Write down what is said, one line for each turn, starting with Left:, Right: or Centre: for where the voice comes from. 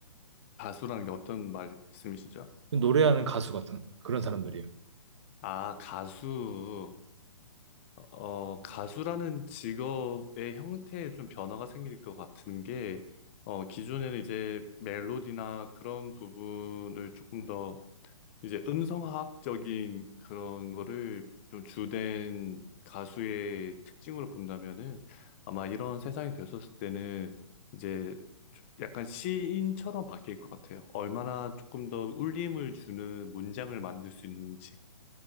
Left: 가수라는 게 어떤 말씀이시죠?
Right: 노래하는 가수 같은 그런 사람들이에요.
Left: 아, 가수. 어, 가수라는 직업의 형태에 좀 변화가 생길 것 같은 게, 어, 기존에는 이제 멜로디나 그런 부분을 조금 더 이제 음성학적인 그런 거를 좀 주된 가수의 특징으로 본다면은 아마 이런 세상이 됐었을 때는 이제 조- 약간 시인처럼 바뀔 것 같아요. 얼마나 조금 더 울림을 주는 문장을 만들 수 있는지.